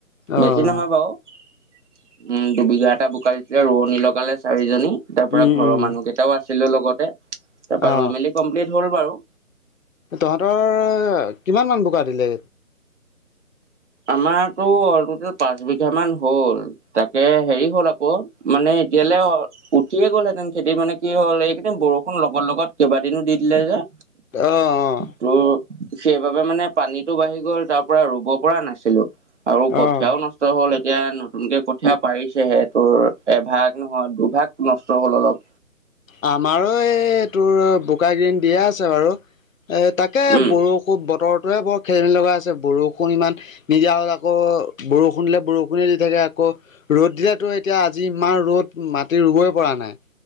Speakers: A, on the left; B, on the right.
A: অ',
B: বেছি নহয় বাৰু উম দুবিঘা এটা বোকাৰ দিছিলে ৰোৱনী লগালে চাৰিজনী। তাৰ পৰা
A: উম,
B: ঘৰৰ
A: উম,
B: মানুহকেইটাও আছিলো লগতে তাৰ পৰা
A: অ'।
B: ৰুই মেলি কমপ্লিট হ'ল বাৰু।
A: তহঁতৰ কিমান মান বোকা দিলে।
B: আমাৰত অলটোটেল পাঁচ বিঘা মান হ'ল। তাকে হেৰি হ'ল আকৌ মানে এতিয়ালৈ। উঠিয়ে গ'লহেঁতেন খেতি মানে কি হ'ল এইকেইদিন বৰষুণ লগত লগত কেইবাদিনো দি দিলে যে।
A: অ অ।
B: ত সেইবাবে মানে পানীতটো বাঢ়ি গ'ল তাৰ পৰা ৰুব পৰা নাছিলো। আৰু
A: অ',
B: কঠীয়াও
A: অ'।
B: নাচ। নষ্ট হ'ল এতিয়া নতুনকে কঠিয়া পাৰিছেহে তোৰ এভাগ নহয় দুভাগ নষ্ট হ'ল অলপ।
A: আমাৰো এই তোৰ বোকাগেদিন দিয়ে আছে বাৰু এই তাত- কে
B: উম
A: বৰষু বতৰটোয়ে বৰ খেলি মেলি লগাই আছেঁ বৰষুণ ইমান- নিজা হলে আকৌ বৰষুণ দিলে বৰষুণে দি থাকে আকৌ। ৰ'দ দিলেটো এতিয়া আজি ইমান ৰ'দ মাটি ৰুবই পৰা নাই।